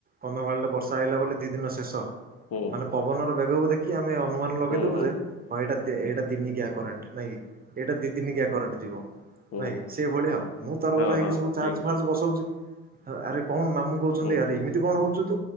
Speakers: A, on the right (about 30°); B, on the left (about 50°).
A: କନ୍ଧମାଳରେ ସାଇଲା ବୋଲି ଦିଇ ଦିନ ଶେଷ।
B: ହୁଁ।
A: ମାନେ ପବନର ବେଗକୁ ଦେଖି ଆମେ ଅନୁମାନ ଲଗେଇଦେବୁ
B: ହୁଁ ହୁଁ
A: ଯେ ହଁ ଏଇଟା ଏଇଟା ଦିନିକିଆ କରେଣ୍ଟ ନାଇଁ ଏଇଟା ଦି ଦିନିକିଆ କରେଣ୍ଟ ଯିବ।
B: ହୁଁ
A: ନାଇ ସେଇଭଳିଆ ଆଉ ମୁଁ ତରବର
B: ହଁ
A: ହେଇକି
B: ହଁ
A: ସବୁ ଚାର୍ଜ
B: ଠିକ
A: ଫାର୍ଜ ବସଉଛି। ଆରେ କଣ ମାମୁ କହୁଛନ୍ତି
B: ହୁଁ
A: ଆରେ ଏମିତି କଣ ହଉଛୁ ତୁ